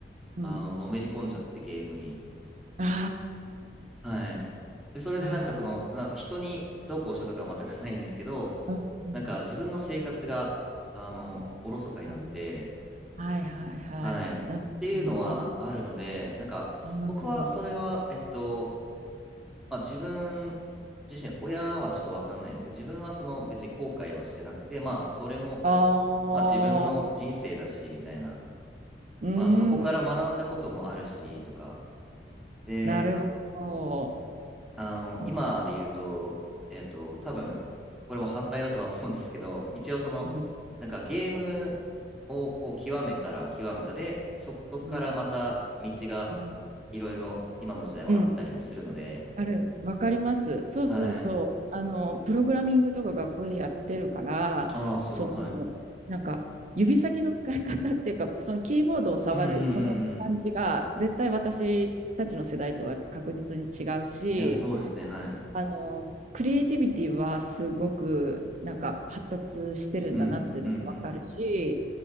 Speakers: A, on the right; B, in the centre.
A: うん、
B: あの、
A: うん
B: のめり込んじゃってゲームに。
A: あ
B: はい。で、それでなんかその、
A: ーあ
B: な人にどうこうしたとかは全くないんですけど、
A: ー、うん、うん、
B: なんか自分の生活が、あの、おろそかになって、
A: うん、はいはいはい、
B: はい。っていうのはあるので、
A: うん、うん、う
B: なんか、
A: ん、うん
B: 僕はそれは、えっと、まあ、自分自身、親はちょっとわかんないですけど、自分はその別に後悔はしてなくて、まあ、それも、
A: ああ、
B: まあ、自分の人生だし、みたいな、
A: うん、
B: まあ、そこから学んだこともあるし、とか、で、
A: なるほど。
B: あの、
A: うん、
B: 今で言うと、えっと、多分、これも反対だとは思うんですけど、一応その、
A: うん、
B: なんかゲームをこう極めたら極めたで、そこからまた道が
A: うん、うん
B: いろいろ今の時代はあったりもするので、
A: うんある。わかります。そうそうそう。
B: はい。
A: あの、プログラミングとか学校でやってるから、
B: ああ、すごい、
A: その、
B: はい。
A: なんか、指先の使い方っていうか、そのキーボードを触る、
B: うんうんう
A: その感じが、
B: んうん。
A: 絶対私たちの世代とは確実に違うし、
B: いや、そうですね、はい。
A: あの、クリエイティビティはすごくなんか発達してるんだなっていうのがわかるし、
B: うんうんうん。